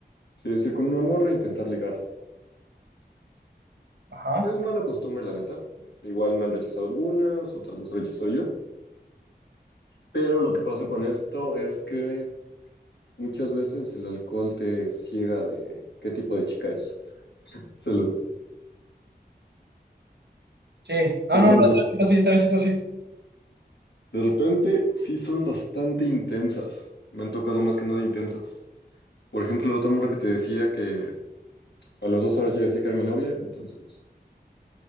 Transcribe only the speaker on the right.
Ajá,
sí. No,
no, no, esta vez sí, esta vez sí, esta vez sí.